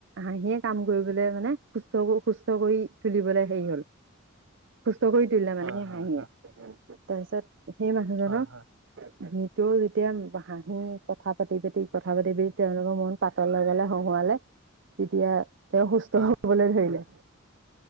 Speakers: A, on the right; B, on the right.
A: হাঁহিয়ে কাম কৰিবলে মানে সুস্থকো সুস্থ কৰি তুলিবলৈ হেৰি হল, সুস্থ কৰি দিলে মানে
B: হয়
A: সেই হাঁহিয়ে,
B: হয় হয়
A: তাৰপিছত সেই মানুহজনক
B: হয় হয়
A: নি টো যেতিয়া হাঁহি, কথা পাতি পাতি, কথা পাতি পাতি, তেওঁলোকৰ মন পাতল লগালে হহুৱালে তেতিয়া তেওঁ সুস্থ
B: হয়
A: হবলৈ ধৰিলে।